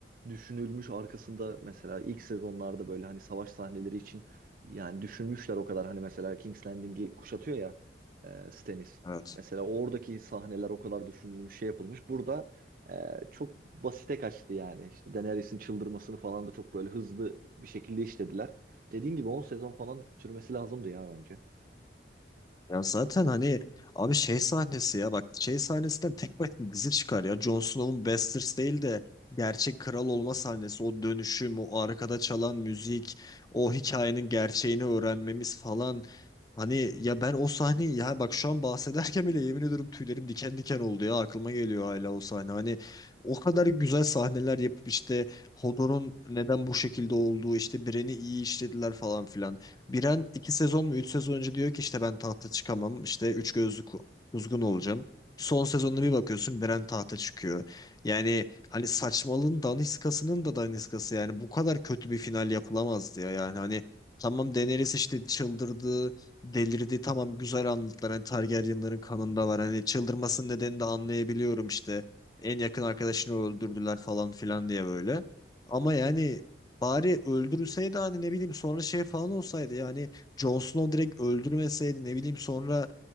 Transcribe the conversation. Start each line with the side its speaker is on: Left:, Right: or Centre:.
Right: düşünülmüş arkasında mesela ilk sezonlarda böyle hani savaş sahneleri için yani düşünmüşler o kadar hani mesela King's Landing'i kuşatıyor ya e, Stannis.
Left: Evet.
Right: Mesela oradaki sahneler o kadar düşünülmüş şey yapılmış. Burada e, çok basite kaçtı yani. İşte Daenerys'in çıldırmasını falan da çok böyle hızlı bir şekilde işlediler. Dediğin gibi 10 sezon falan sürmesi lazımdı ya bence.
Left: Ya zaten hani abi şey sahnesi ya bak şey sahnesinden tek başına dizi çıkar ya. Jon Snow'un Bastards değil de gerçek kral olma sahnesi o dönüşüm o arkada çalan müzik o hikayenin gerçeğini öğrenmemiz falan. Hani ya ben o sahneyi ya bak şu an bahsederken bile yemin ediyorum tüylerim diken diken oldu ya aklıma geliyor hala o sahne. Hani o kadar güzel sahneler yapıp işte Hodor'un neden bu şekilde olduğu işte Bren'i iyi işlediler falan filan. Biren iki sezon mu üç sezon önce diyor ki işte ben tahta çıkamam işte üç gözlü ku- kuzgun olacağım. Son sezonuna bir bakıyorsun Biren tahta çıkıyor. Yani hani saçmalığın daniskasının da daniskası yani bu kadar kötü bir final yapılamazdı ya yani hani tamam Daenerys işte çıldırdı delirdi tamam güzel anlattılar hani Targaryenların kanında var hani çıldırmasının nedenini de anlayabiliyorum işte en yakın arkadaşını öldürdüler falan filan diye böyle. Ama yani Bari öldürülseydi hani ne bileyim sonra şey falan olsaydı yani Jon Snow direkt öldürmeseydi ne bileyim sonra